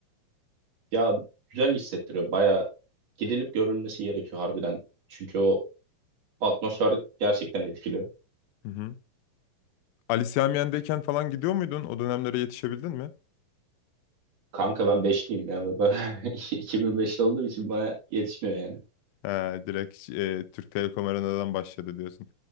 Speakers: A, on the right (about 50°); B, on the left (about 90°).
A: Ya güzel hissettiriyor. Baya gidilip görülmesi gerekiyor harbiden. Çünkü o atmosfer gerçekten etkiliyor.
B: Hı hı. Ali Sami Yen'deyken falan gidiyor muydun? O dönemlere yetişebildin mi?
A: Kanka ben beşliyim ya. Ben <laughs> 2005'li olduğum için bana yetişmiyor yani.
B: He, direkt e, Türk Telekom Arena'dan başladı diyorsun.